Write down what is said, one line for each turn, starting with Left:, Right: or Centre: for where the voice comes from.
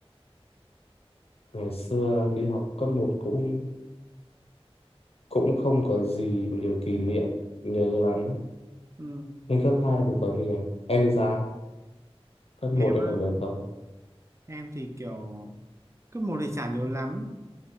Left: Ngày xưa đi học cấp một cũng cũng không có gì nhiều kỷ niệm nhớ lắm.
Right: Ừ,
Left: Nhưng cấp 2 thì có nhiều. Em đi ra Cấp
Right: em
Left: một em
Right: á,
Left: còn nhớ không?
Right: em thì kiểu cấp một thì chả nhớ lắm